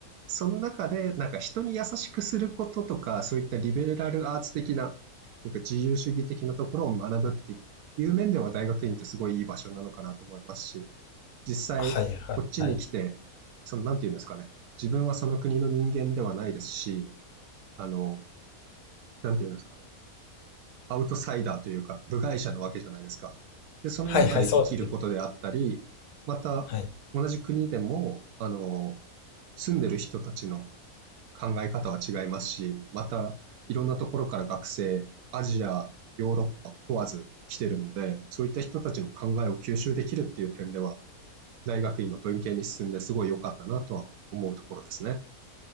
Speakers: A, on the right; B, on the left.
A: その中で、なんか人に優しくすることとか、そういったリベラルアーツ的な、というか自由主義的なところを学ぶっていう面では大学院ってすごいいい場所なのかなと思いますし、実際こっちに来て、
B: はいはいはい。
A: その、なんていうんですかね、自分はその国の人間ではないですし、あの、なんていうんですかね、アウトサイダーというか、部外者なわけじゃないですか。で、その中で生きることであったり、
B: はいはい、そうです。
A: また同じ国でも、
B: はい。
A: あの、住んでる人たちの考え方は違いますし、またいろんなところから学生、アジア、ヨーロッパ問わず来てるので、そういった人たちの考えを吸収できるっていう点では、大学院の文系に進んですごい良かったなとは思うところですね。